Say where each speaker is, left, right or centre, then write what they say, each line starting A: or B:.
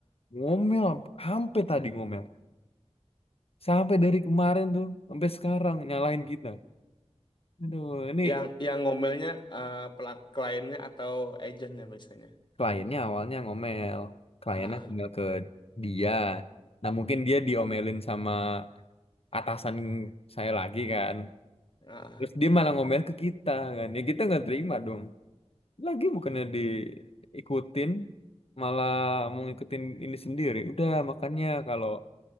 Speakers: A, on the left (about 60°); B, on the left (about 45°).
A: ngomel samp- sampai tadi ngomel. Sampai dari kemarin tuh sampai sekarang nyalahin kita. Aduh, ini
B: Yang yang ngomelnya eh, pela- kliennya atau agentnya biasanya.
A: kliennya awalnya ngomel. Kliennya
B: Ah,
A: ngomel ke dia. Nah, mungkin dia diomelin sama atasan saya lagi kan.
B: ah,
A: Terus
B: ah,
A: dia malah ngomel ke kita kan. Ya kita nggak terima dong. Lagi bukannya diikutin, malah mau ngikutin ini sendiri. Udah makanya kalau